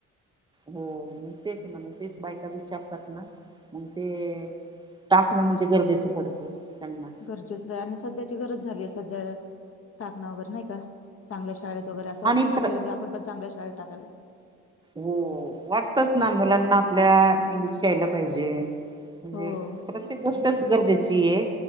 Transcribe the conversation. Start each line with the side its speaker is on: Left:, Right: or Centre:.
Right: हो मग तेच ना मग तेच बायका विचार ग ते टाकणं म्हणजे गरजेचं पडतं. त्यांना
Left: गरजेच आहे आणि सध्याची गरज झालीय, सध्या ठाकण वगैरे नाही का चांगल्या शाळेत. वगैरे अस वाटतं
Right: आणि
Left: ना आपल्यालाी
Right: प्र
Left: आपण चांगल्या शाळेेत टाकायला.
Right: हो वाटतच ना मुलांना आपल्या
Left: हम्म
Right: इंग्लिश यायला पाहिजे. म्हणजे
Left: हो
Right: प्रत्येक गोष्टच गरजेची आहे.